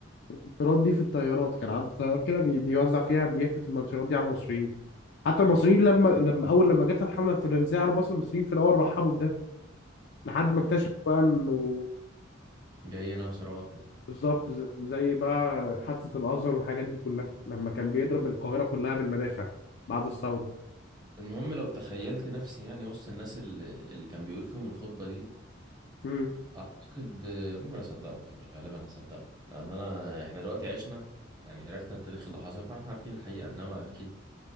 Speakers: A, on the left (about 55°); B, on the right (about 20°).
A: الطيارات دي في الطيارات كان عنده طيارات كده بي... بيوزع فيها بيحدف المنشورات دي على المصريين حتى المصريين لما لما اول لما جت الحمله الفرنسيه على مصر المصريين في الاول رحبوا بده لحد ما
B: مم.
A: اكتشفوا بقى انه
B: جايين بثرواتنا
A: بالظبط ز- زي بقى حادثه الازهر والحاجات دي كلها لما كان بيضرب القاهره كلها بالمدافع بعد الثوره
B: المهم لو تخيلت نفسي يعني وسط الناس اللي, اللي كان بيقول فيهم الخطبة دي
A: امم
B: أعتقد ممكن أصدقه يعني غالبا هصدقه لأن أنا إحنا دلوقتي عشنا يعني عرفنا التاريخ اللي حصل فاحنا عارفين الحقيقة إنما أكيد